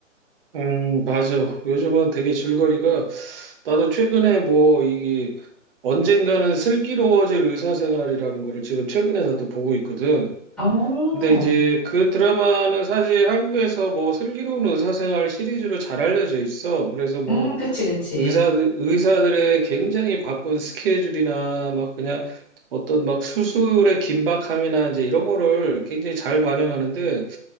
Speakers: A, on the right; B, in the centre.
A: 음, 맞아. 요즘은 되게 줄거리가 나도 최근에 뭐 이게 언젠가는 슬기로워질 의사생활이라는 거를 지금 최근에 나도 보고 있거든.
B: 어,
A: 근데 이제 그 드라마는 사실 한국에서 뭐 슬기로운 의사생활 시리즈로 잘 알려져 있어. 그래서 뭐
B: 음, 그치, 그치.
A: 의사들, 의사들의 굉장히 바쁜 스케줄이나 막 그냥 어떤 막 수술의 긴박함이나 이제 이런 거를 굉장히 잘 반영하는데,